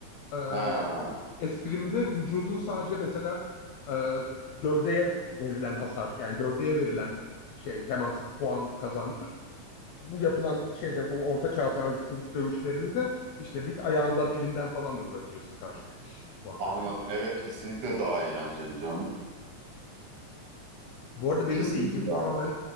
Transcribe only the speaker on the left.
e,
eskrimde vücudun sadece mesela e, gövdeye verilen hasar yani gövdeye verilen şey temas puan kazandırır. Bu yapılan şeyde bu orta çağ tarzı kılıç dövüşlerinde işte bir ayağından elinden falan da vurabiliyorsun karşıdaki kişiye puan
kazanmak için.
Bu arada benim
de ilgim
tamamen